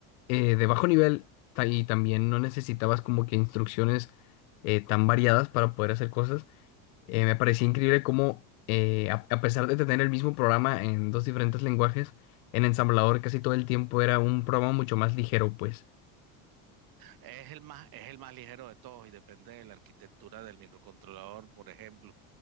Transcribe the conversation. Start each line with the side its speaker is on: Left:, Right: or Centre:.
Left: eh, de bajo nivel ta- y también no necesitabas como que instrucciones eh, tan variadas para poder hacer cosas, eh, me parecía increíble cómo eh, a, a pesar de tener el mismo programa en dos diferentes lenguajes, en ensamblador casi todo el tiempo era un programa mucho más ligero, pues.
Right: Es el más, es el más ligero de todos y depende de la arquitectura del microcontrolador, por ejemplo.